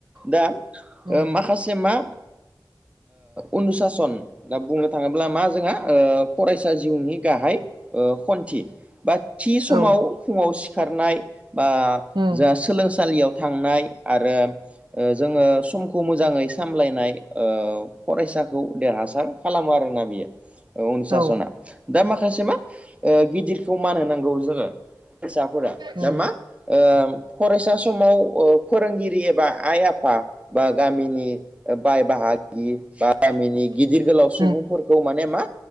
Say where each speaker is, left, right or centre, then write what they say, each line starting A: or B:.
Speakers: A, on the right; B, on the right.
A: दा
B: उम
A: माखासे मा उनुसासन। दा बुंनो थाङोब्ला मा जोंहा फरायसा जिउनि गाहाय ओ खन्थि। बा थि समाव
B: औ
A: फुङाव सिखारनाय बा
B: उम
A: जाों सोलोंसालियाव थांनाय आरो जोङो समखौ मोजाङै सामलायनाय फरायसाखौ देरहासार खालामो आरोना बियो अनुसासना।
B: औ
A: दा माखासे मा गिदिरखौ मान नांगौ जोङो। फिसाफोरा।
B: उम
A: दा मा ओ फरायसा समाव ओ फोरोंगिरि एबा आइ आफा बा गामिनि बाय बाहागि बा गामिनि गिदिर गोलाव सुबुंफोर
B: उम
A: खौ माने मा